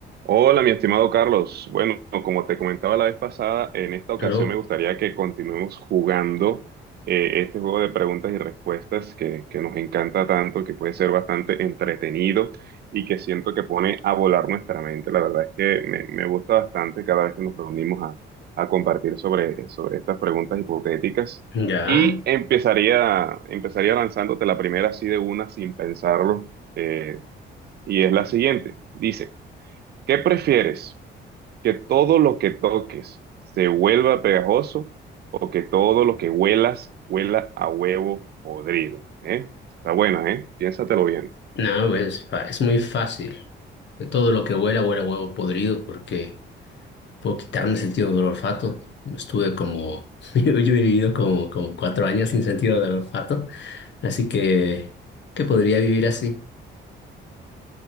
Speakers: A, on the right; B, on the left.
A: Hola, mi estimado Carlos. Bueno, como te comentaba la vez pasada, en esta ocasión
B: Pero,
A: me gustaría que continuemos jugando eh, este juego de preguntas y respuestas que, que nos encanta tanto, que puede ser bastante entretenido y que siento que pone a volar nuestra mente. La verdad es que me, me gusta bastante cada vez que nos reunimos a, a compartir sobre, sobre estas preguntas hipotéticas.
B: ya,
A: Y empezaría, empezaría lanzándote la primera así de una sin pensarlo, eh, y es la siguiente. Dice, ¿qué prefieres? que todo lo que toques se vuelva pegajoso o que todo lo que huelas huela a huevo podrido, ¿eh? Está buena, ¿eh? Piénsatelo bien.
B: no, pues, fa- es muy fácil. De todo lo que huela, huela a huevo podrido porque puedo quitarme el sentido del olfato. Estuve como, <laughs> yo, yo he vivido como, como cuatro años sin sentido del olfato, así que, ¿qué podría vivir así?